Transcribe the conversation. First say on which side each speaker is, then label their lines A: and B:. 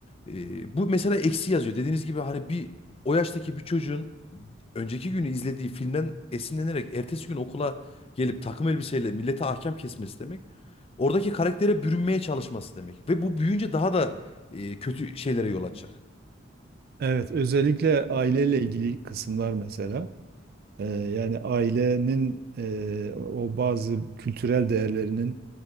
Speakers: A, on the left (about 30°); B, on the right (about 50°).
A: Ee, bu mesela eksi yazıyor. Dediğiniz gibi hani bir o yaştaki bir çocuğun önceki günü izlediği filmden esinlenerek ertesi gün okula gelip takım elbiseyle millete ahkam kesmesi demek. Oradaki karaktere bürünmeye çalışması demek. Ve bu büyüyünce daha da e, kötü şeylere yol açacak.
B: Evet, özellikle
A: Yani,
B: aileyle ilgili kısımlar mesela. Ee, yani ailenin e, o bazı kültürel değerlerinin